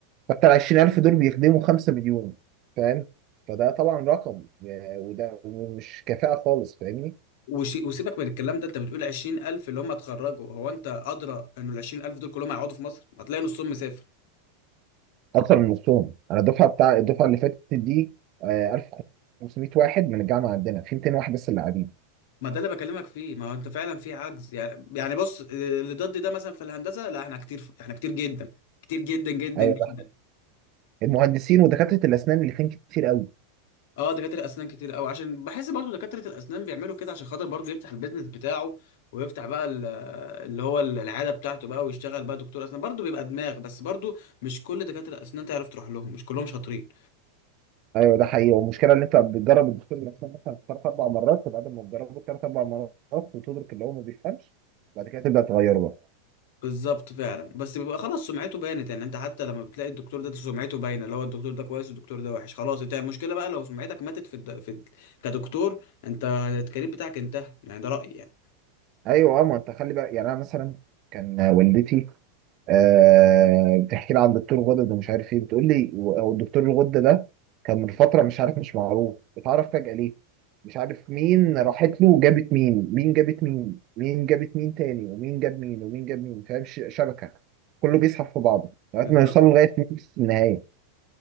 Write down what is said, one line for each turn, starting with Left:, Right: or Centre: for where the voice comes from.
Right: فانت ال 20000 دول بيخدموا 5 مليون فاهم فده طبعا رقم يعني وده مش كفاءة خالص فاهمني
Left: وشي وسيبك من الكلام ده انت بتقول 20000 اللي هم اتخرجوا هو انت ادرى انه ال 20000 دول كلهم هيقعدوا في مصر ما هتلاقي نصهم مسافر
Right: اكتر من نصهم انا الدفعه بتاع الدفعه اللي فاتت دي آه، 1500 واحد من الجامعه عندنا في 200 واحد بس اللي قاعدين
Left: ما ده اللي بكلمك فيه ما هو انت فعلا في عجز يعني يعني بص آه، اللي ضدي ده مثلا في الهندسه لا احنا كتير احنا كتير جدا كتير جدا جدا
Right: ايوه
Left: جدا
Right: ده المهندسين ودكاتره الاسنان اللي فين كتير قوي
Left: اه دكاتره الاسنان كتير قوي عشان بحس برضو دكاتره الاسنان بيعملوا كده عشان خاطر برضو يفتح البيزنس بتاعه ويفتح بقى ال- اللي هو العياده بتاعته بقى ويشتغل بقى دكتور اسنان برضو بيبقى دماغ بس برضو مش كل دكاتره الاسنان تعرف تروح لهم مش كلهم شاطرين
Right: ايوه ده حقيقي والمشكله ان انت بتجرب الدكتور الاسنان مثلا ثلاث اربع مرات فبعد ما تجربه ثلاث اربع مرات وتدرك اللي هو ما بيفهمش بعد كده تبدا تغيره بقى
Left: بالظبط فعلا بس بيبقى خلاص سمعته بانت يعني انت حتى لما بتلاقي الدكتور ده سمعته باينه اللي هو الدكتور ده كويس والدكتور ده وحش خلاص انت المشكله بقى لو سمعتك ماتت في, الد... في الد- كدكتور انت الكارير بتاعك انتهى يعني ده رايي يعني
Right: ايوه اه ما انت خلي بقى يعني انا مثلا كان والدتي آه بتحكي لي عن دكتور غدد ومش عارف ايه بتقول لي و- هو الدكتور الغدة ده كان من فترة مش عارف مش معروف اتعرف فجأة ليه مش عارف مين راحت له وجابت مين مين جابت مين مين جابت مين تاني ومين جاب مين ومين جاب مين فاهم ش- شبكة كله بيسحب في بعضه لغاية
Left: بالظبط
Right: ما يوصلوا لغاية نفس النهاية